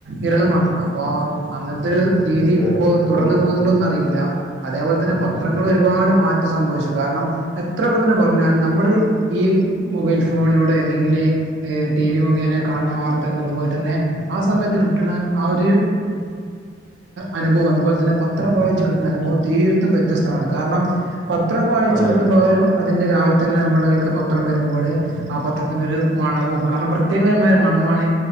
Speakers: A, on the right; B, on the left.
A: ഇരളമാണ് അപ്പോൾ അങ്ങനത്തെരു രീതി
B: അതെ
A: ഇപ്പോ തുറന്നു
B: ഉം
A: പോകുന്നുണ്ടോന്ന് അറിയില്ല അതേപോലെ തന്നെ പത്രങ്ങൾ ഒരുപാട് മാറ്റ സംഭവിച്ചു കാരണം എത്രയൊക്കെ തന്നെ പറഞ്ഞാലും നമ്മൾ ഈ മൊബൈൽ ഫോണിലൂടെ അല്ലെങ്കിൽ ടി വി മുഖേന കാണുന്ന വാർത്തകൾ അതുപോലെ തന്നെ ആ സമയത്ത് കിട്ടുന്ന ആ ഒരു അനുഭം അതുപോലെ തന്നെ പത്രം വായിച്ച്ു കിട്ടുന്ന അനുഭവം തീർ വ്യത്യസ്തമാണ് കാരണം പത്രം വായിച്ചു
B: അതെ
A: കിട്ടുമ്പോൾ ഒരു അതിൻ്റെ രാവിലെ തന്നെ നമ്മളക്ക്െ പത്രം വരുമ്പോൾ ആ പത്രത്തിൻന്റെറെ ഒരു മണവും കാരണം പ്രത്യേകരമായ മണമാണ്